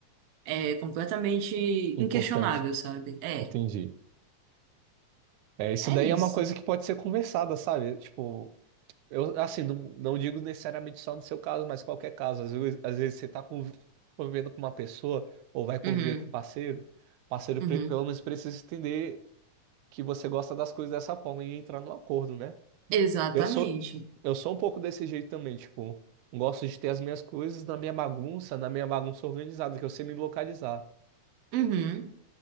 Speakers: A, on the right; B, on the right.
A: é completamente
B: Importante.
A: inquestionável, sabe? É,
B: Entendi. É, isso
A: é
B: daí
A: isso.
B: é uma coisa que pode ser conversada, sabe? Tipo, eu assim, não, não digo necessariamente só no seu caso, mas qualquer caso. Às vezes, às vezes você tá conv- convivendo com uma pessoa ou vai conviver
A: Uhum,
B: com um parceiro, o parceiro
A: uhum.
B: pre- pelo menos precisa entender que você gosta das coisas dessa forma e entrar no acordo, né?
A: Exatamente.
B: Eu sou eu sou um pouco desse jeito também, tipo, gosto de ter as minhas coisas na minha bagunça, na minha bagunça organizada, que eu sei me localizar.
A: Uhum,